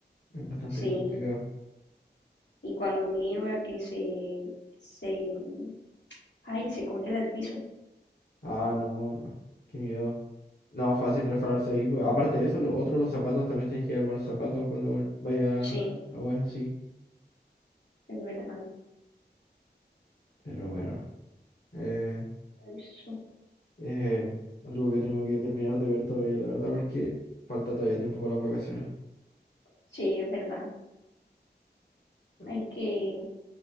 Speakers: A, on the left (about 60°); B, on the left (about 85°).
A: Es bastante
B: Sí,
A: complicado.
B: y cuando nieva que se, se, ay, se congela el piso.
A: Ah, no, no. Qué miedo. No, fácil refalarse ahí. pues. Aparte de eso, lo otro, los zapatos, también tienes que llevar buenos zapatos cuando vaya
B: Sí,
A: a weas así.
B: es verdad.
A: Pero bueno. Eh...
B: Eso,
A: Eh, algo que tengo que terminar de ver todavía, la verdad, porque falta todavía tiempo para las vacaciones.
B: sí, es verdad.
A: Ah,
B: Hay que,